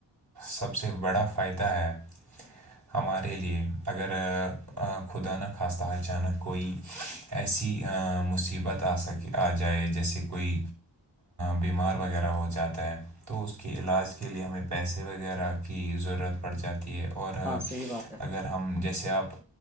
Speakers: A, on the right; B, in the centre.
A: سب سے بڑا فائدہ ہے ہمارے لیے اگر خدا نہ خواستہ اچانک کوئی ایسی مصیبت آ سکے آ جائے جیسے کوئی بیمار وغیرہ ہو جاتا ہے تو اس کے علاج کے لیے ہمیں پیسے وغیرہ کی کی ضرورت پڑ جاتی ہے اور
B: ہاں صحیح بات ہے
A: اگر ہم جیسے آپ